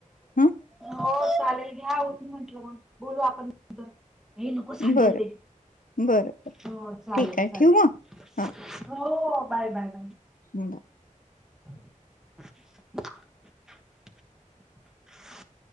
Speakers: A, on the left; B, in the centre.
A: हं
B: हो चालेल घ्या आवरून म्हंटलं मग बोलू आपण नंतर हे नको सांडेल
A: बरं
B: ते
A: बरं बरं
B: हो चालेल
A: ठीक आहे
B: चालेल
A: ठेवू मग हा
B: हो बाय बाय बाय
A: हड
B: <inaudible>